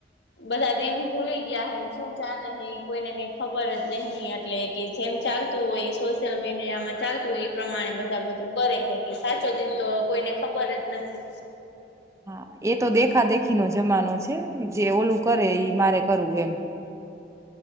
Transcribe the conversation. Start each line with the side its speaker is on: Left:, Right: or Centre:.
Left: બધા દિન ભૂલી ગયા હેન, શું ચાલે હે ઈ કોઈને કાંઈ ખબર જ નહિં એટલે કે જેમ ચાલતું હોય સોશિયલ મીડિયામાં ચાલતું હોય, ઈ પ્રમાણે બધા બધું કરે હે, કે સાચો દિન તો કોઈને ખબર જ નથી.
Right: હા. એ તો દેખા દેખી નો જમાનો છે, જે ઓલું કરે ઈ મારે કરવું એમ.